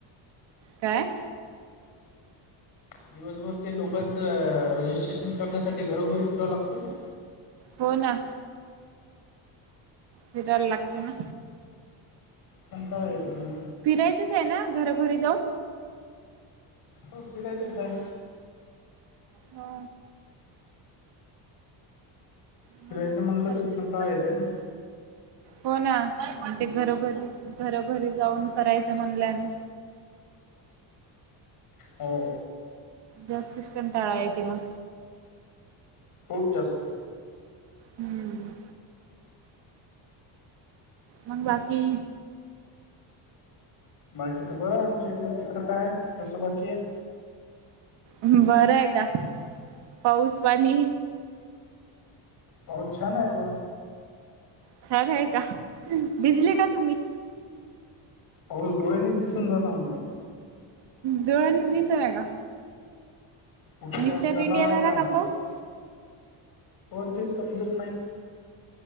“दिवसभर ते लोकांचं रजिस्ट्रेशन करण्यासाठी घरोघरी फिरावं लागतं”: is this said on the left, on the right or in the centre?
Left